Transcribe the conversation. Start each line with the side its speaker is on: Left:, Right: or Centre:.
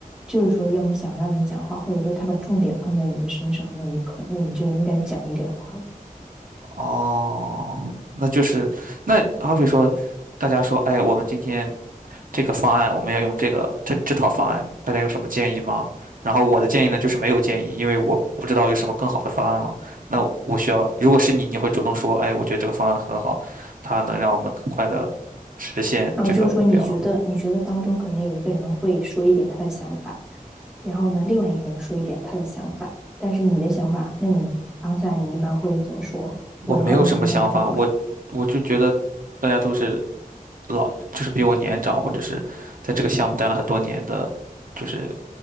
Centre: 就是说要么想让你讲话，或者说他把重点放在你的身上那一刻，那你就应该讲一点话了。
Right: 哦，那就是那好比说，大家说，哎，我们今天这个方案我们要用这个这这套方案，大家有什么建议吗？然后我的建议呢，就是没有建议，因为我不知道有什么更好的方案了。那我需要，如果是你，你会主动说，哎，我觉得这个方案很好，它能让我们更快的实现这个目标。
Centre: 然后就是说，你觉得你觉得当中可能有一个人会说一点他的想法，然后呢，另外一个人说一点他的想法，但是你的想法，那你当下你一般会怎么说？
Right: 我没有什么想法，
Centre: 我来帮你想想看怎么说。
Right: 我我就觉得大家都是老，就是比我年长，或者是在这个项目待了很多年的，就是